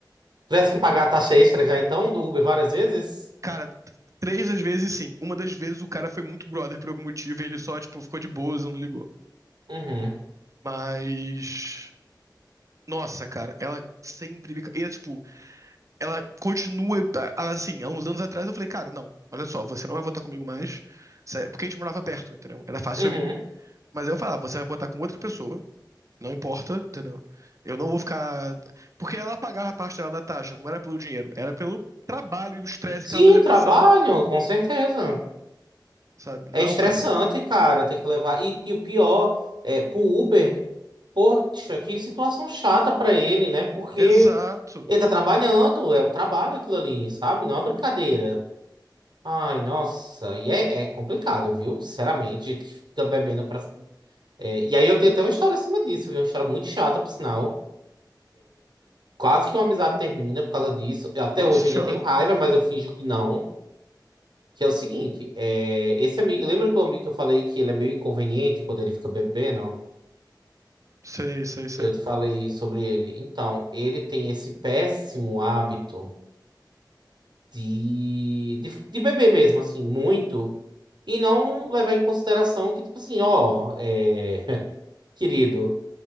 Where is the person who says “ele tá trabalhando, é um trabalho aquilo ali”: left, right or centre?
Right